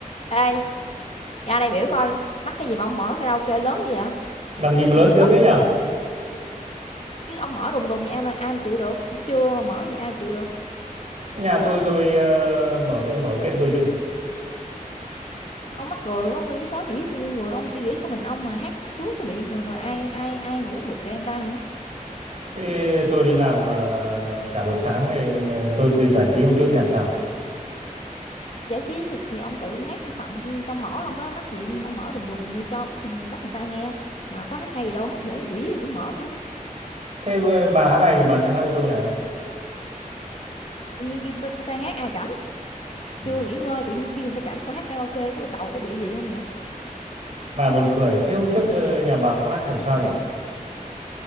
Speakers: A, on the left (about 50°); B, on the right (about 50°).
A: Ê, ra đây biểu coi, mắc cái gì mà ông mở karaoke lớn gì vậy?
B: làm gì mà
A: Hàng
B: lớn
A: xóm
B: tiếng thế
A: nha
B: nhở
A: mà, chứ ông mở đùng đùng vậy ai mà ai mà chịu được, Chưa mà mở vậy ai mà chịu được.
B: nhà tôi tôi ờ, mở tôi mở kệ tôi chứ
A: Ông mắc cười quá, nguyên cái xóm này biết bao nhiêu người, ông chỉ nghĩ có mình ông mà hát cho sướng cái miệng rồi rồi ai ai ai ngủ không được kệ người ta hả?
B: thế tôi đi làm ờ, cả buổi sáng thì mà tôi, tôi giải trí một chút thì làm sao
A: Giải trí thì thì ông tự ông hát thầm trong mỏ ông đó, mắc gì ông mở đùng đùng như cho bắt bắt người ta nghe, mà có hát hay gì đâu, hát dở quỷ gì cũng mở nữa.
B: thế ờ, bà hát này thì bà sang hát với tôi này
A: Tự nhiên kia ta, ta sang hát ai rảnh,
B: Ừ.
A: chưa nghỉ ngơi tự nhiên kêu người ta rảnh qua hát karaoke có đầu có bị gì không vậy?
B: bà buồn cười thế hôm trước ờ, nhà bà cũng hát thì làm sao nhở